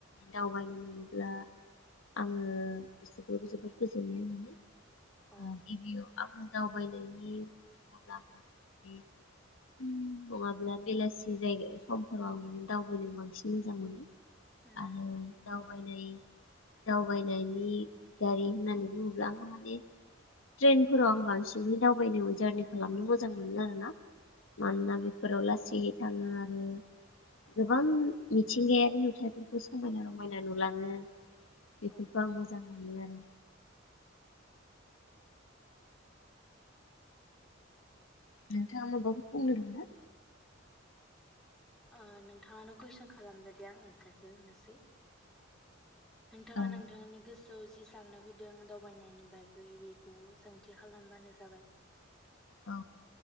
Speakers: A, on the left; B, in the centre.
A: दावबायनो मोनब्ला
B: औ
A: आङो गोसोखौबो जोबोद गोजोननाय मोनो।
B: औ
A: आ गिबियाव आङो दावबायनायनि मुलाम्फानि <unintelligible> बेलासि जायगा समफोराव आं माने दावबायनो बांसिन मोजां मोनो।
B: उम
A: आरो दाव दावबायनाय दावबायनायनि गारि होननानै बुङोब्ला आङो माने ट्रेनफोराव आं बांसिनहै दावबायनो जारनि खालामनो मोजां मोनो आरोना मानोना बेफोराव लासै यै थाङो आरो गोबां मिथिंगायारि नुथाइफोरखौ समायना रमायना नुलाङो। बेफोरखौ
B: औ
A: आं मोजां मोनो आरो। नोंथाङा माबाफोर बुंनो दं ना?
B: ओ नोंथाङानो कुइसन खालामदो दे आं एन्सारखौ होनोसै। नोंथाङा
A: औ
B: नोंथांनि गोस जौ जि साननो फैदों दावबायनायनि बागै बेखौ सोंथि खालामबानो जाबाय।
A: औ